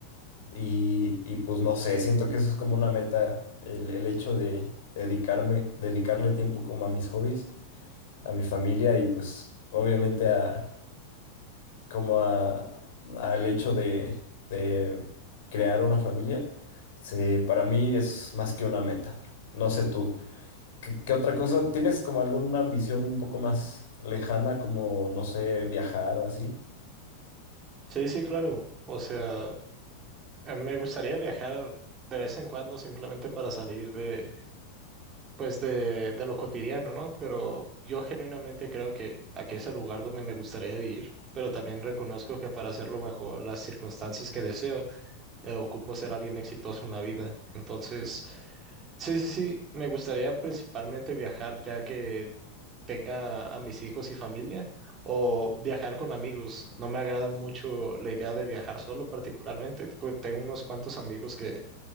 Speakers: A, on the left; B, on the right.
A: Y, y pues no sé, siento que eso es como una meta, el, el hecho de dedicarme, dedicarle tiempo como a mis hobbies, a mi familia y pues obviamente a como a, al hecho de, de crear una familia. Se, para mí es más que una meta. No sé tú. ¿Qué, qué otra cosa? ¿Tienes como alguna ambición un poco más lejana, como, no sé, viajar o así?
B: Sí, sí, claro. O sea, eh, me gustaría viajar de vez en cuando simplemente para salir de, pues de, de lo cotidiano, ¿no? Pero yo genuinamente creo que aquí es el lugar donde me gustaría vivir, pero también reconozco que para hacerlo bajo las circunstancias que deseo, eh, ocupo ser alguien exitoso en la vida. Entonces, sí, sí, sí, me gustaría principalmente viajar ya que tenga a mis hijos y familia o viajar con amigos. No me agrada mucho la idea de viajar solo particularmente. co- Tengo unos cuantos amigos que